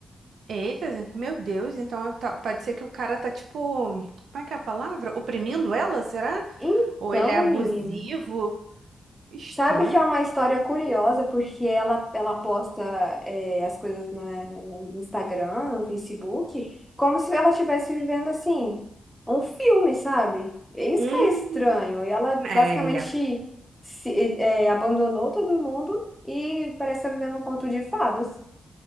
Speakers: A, on the right (about 75°); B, in the centre.
A: Eita, meu Deus, então tá- pode ser que o cara tá tipo, como é que é a palavra? Oprimindo ela, será?
B: Então,
A: Ou ele é abusivo?
B: menina.
A: Estranho.
B: Sabe que é uma história curiosa, porque ela, ela posta é, as coisas na- no Instagram, no Facebook, como se ela estivesse vivendo assim, um filme, sabe? É isso
A: Hum,
B: que é estranho. E ela
A: é,
B: basicamente se, é, abandonou todo mundo e parece estar vivendo um conto de fadas.